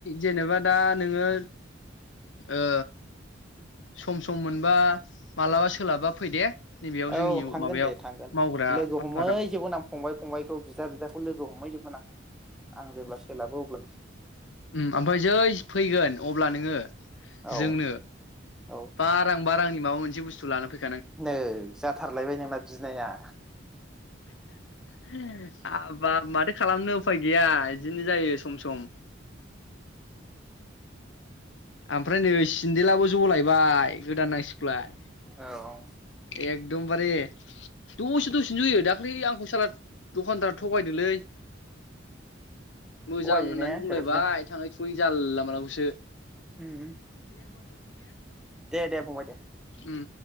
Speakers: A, on the left (about 75°); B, in the centre.
A: जेनेबा दा नोङो ओ सम सम मोनबा मालाबा सोलाबा फै दे नैबेयाव
B: औ
A: जोंनि
B: थांगोन
A: माबायाव
B: दे थांगोन
A: मावग्रा
B: लोगो
A: आफादाव
B: हमहै जोबगोन आं फंबाय फंबायखौ बिदा बिदाखौ लोगो हमहै जोबगोन आं आं जेब्ला सोलाबो अब्ला
A: ओम ओमफाय जै फैगोन अब्ला नोङो
B: औ
A: जोंनो
B: औ
A: बा रां बा रांनि माबा मोन बुसथु लाना फै
B: नै जाथारलायबाय नोंना बिनाया
A: हाबाब माथो खालामनो उफाय गैया बिदिनो जायो सम सम ओमफ्राय नै सिन्देलाबो जलायबाय गोदान नांसिगौलाय
B: औ
A: एकदमबारे दसे दसेनो जयो दाख्लै आंखौ साला दखानदारा थगायदोलै मोजां
B: थगायो
A: होननानै
B: ने
A: बुंलायबाय
B: बिरादनो
A: थाङै थुङै जालला मालाखौसो
B: ओम दे दे फंबाय दे
A: उम